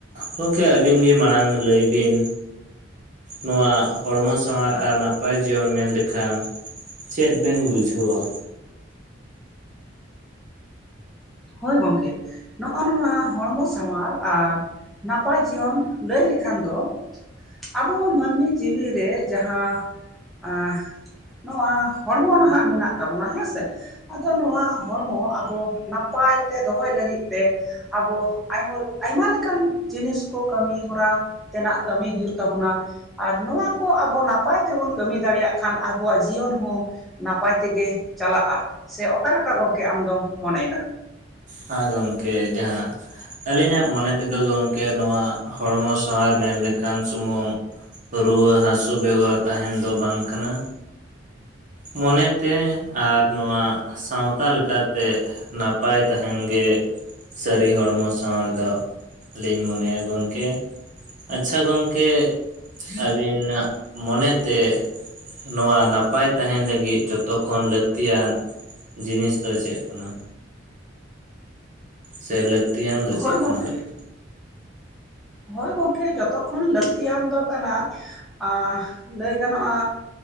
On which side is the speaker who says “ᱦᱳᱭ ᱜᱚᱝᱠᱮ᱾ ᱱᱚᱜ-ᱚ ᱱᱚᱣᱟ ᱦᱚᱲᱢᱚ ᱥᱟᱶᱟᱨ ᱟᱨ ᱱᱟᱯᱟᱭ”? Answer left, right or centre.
Centre